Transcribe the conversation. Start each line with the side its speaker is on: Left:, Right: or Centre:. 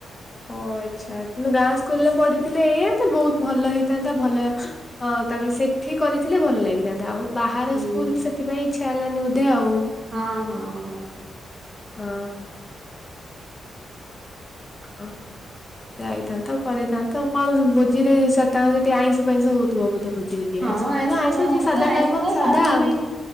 Left: ଓ ଆଚ୍ଛା କିନ୍ତୁ ଗାଁ ସ୍କୁଲରେ ପଢିଥିଲେ ଏଇଆ ତ ବହୁତ ଭଲ ହେଇଥାନ୍ତା ଭଲ ଅ ତାପରେ ସେଠି କରିଥିଲେ ଭଲ ଲାଗିଥାନ୍ତା। ଆଉ ବାହାର
Right: ହୁଁ
Left: ସ୍କୁଲ ସେଥିପାଇଁ ଇଚ୍ଛା ହେଲାନି ବୋଧେ ଆଉ।
Right: ହଁ ହଁ ହଁ।
Left: ହଁ। ହଁ। ଯାଇଥାନ୍ତ କରିଥାନ୍ତ କଣ ଭୋଜିରେ ସେ ତ ଆଇଁଷ ଫାଇଁଷ ହଉ ତୁ ବୋଧେ ବୁଝେଇ କି
Right: ହଁ
Left: ଆଇଁଷ ଖାଇବ ଆଇଁଷ
Right: କଣ
Left: ଯିଏ
Right: ହଉଥିବ
Left: ସାଧା
Right: ଆଇଁଷ
Left: ଖାଇବ ସାଧା ଆଉ।
Right: ବି